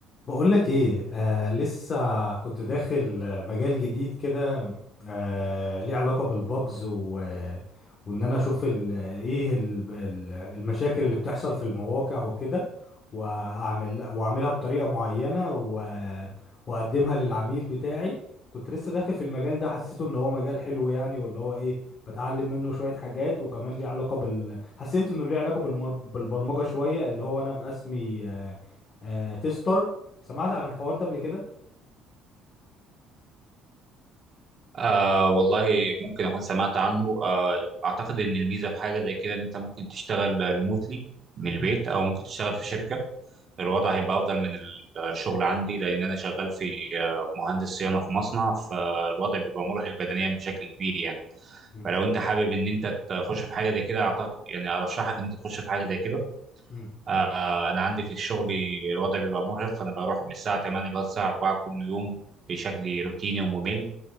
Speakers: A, on the left (about 35°); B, on the right (about 35°).
A: بقولك ايه آه لسه كنت داخل آه، مجال جديد كده آه ليه علاقة بالبجز و آه، وان انا اشوف ال ايه ال ال المشاكل اللي بتحصل في المواقع وكده واعمل واعملها بطريقة معينة و واقدمها للعميل بتاعي كنت لسه داخل في المجال ده حسيته ان هو مجال حلو يعني واللي هو ايه بتعلم منه شوية حاجات وكمان ليه علاقة بال حسيت انه ليه علاقة بالمر... بالبرمجة شوية اللي هو انا باسمي آه آه تيستر سمعت عن الحوار ده قبل كده
B: آه والله ممكن أكون سمعت عنه آه أعتقد إن الميزة في حاجة زي كده إن أنت ممكن تشتغل ريموتلي من
A: مم.
B: البيت أو ممكن تشتغل في شركة الوضع هيبقى أفضل من الشغل عندي لأن أنا شغال في آه، مهندس صيانة في مصنع فالوضع بيبقى مرهق بدنيا بشكل كبير يعني
A: مم.
B: فلو أنت حابب إن أنت تخش في حاجة زي كده أعتقد يعني أرشحك إن أنت تخش في حاجة زي كده
A: مم.
B: آه أنا عندي في الشغل الوضع بيبقى مرهق أنا بروح من الساعة 8 لغاية الساعة 4 كل يوم بشكل روتيني وممل